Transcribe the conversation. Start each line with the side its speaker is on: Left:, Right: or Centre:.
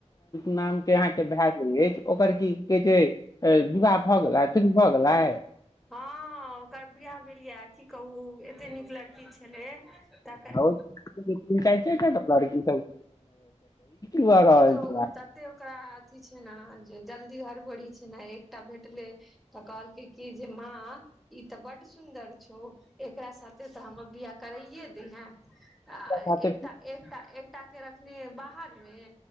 Left: नाम के अहा के भए गेल अछि ओकर की कहै छै विवाह भऽ गेलै फीनू भऽ गेलै
Centre: हँ ओकर बियाह भेल ये की कहू एतेक नीक लड़की छलै तकर
Left: लड़की सब भऽ रहल
Centre: की कहो
Left: छै
Centre: तते ओकरा अथी छै ने जे जल्दी हर बड़ी छै ने एकटा भेटले तऽ कहलकै की जे माँ ई ते बड सुदर छौ एकरा साथे ते हमर बियाह करैये दिहे आ एक
Left: खाते
Centre: एक एकटा के रखने बाहर मे